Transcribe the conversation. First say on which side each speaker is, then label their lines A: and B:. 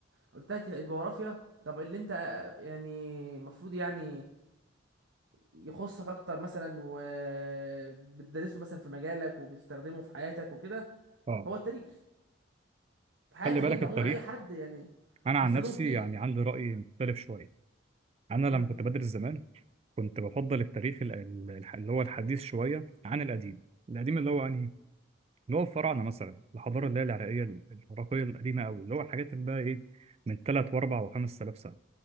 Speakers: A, on the right (about 80°); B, on the right (about 30°).
A: قلت لك الجغرافيا طب اللي انت يعني المفروض يعني يخصك اكتر مثلا وبتدرسه مثلا في مجالك وبتستخدمه في حياتك وكده
B: اه
A: هو التاريخ في حياتك
B: خلي بالك
A: انت
B: التاريخ
A: عموما اي حد يعني
B: انا عن
A: بيستخدمه
B: نفسي
A: كتير
B: يعني عندي راي مختلف شويه انا لما
A: امم
B: كنت بدرس زمان كنت بفضل التاريخ ال- ال- الح- اللي هو الحديث شويه عن القديم القديم اللي هو انهي اللي هو الفراعنه مثلا الحضاره اللي هي العراقيه العراقيه القديمه قوي اللي هو الحاجات اللي بقى ايه من 3 و4 و5000 سنه